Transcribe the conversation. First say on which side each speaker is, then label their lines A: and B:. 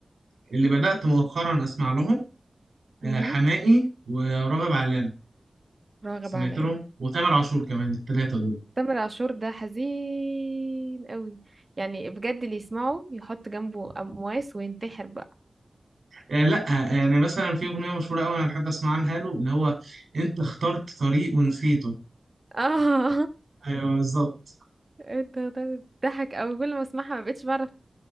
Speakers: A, on the right (about 75°); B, on the right (about 30°).
A: اللي بدأت مؤخرا اسمع لهم آه
B: مهم.
A: حماقي وراغب علام
B: راغب
A: سمعت
B: علامة
A: لهم وتامر عاشور كمان الثلاثه دول
B: تامر عاشور ده حزين قوي يعني بجد اللي يسمعه يحط جنبه أمواس وينتحر بقى
A: آه لا آه، يعني مثلا في اغنيه مشهوره قوي انا بحب اسمعها له اللي هو انت اخترت طريق ونسيته
B: <laughs> اه
A: ايوه بالظبط
B: انت بتضحك قوي كل ما اسمعها ما بقتش بعرف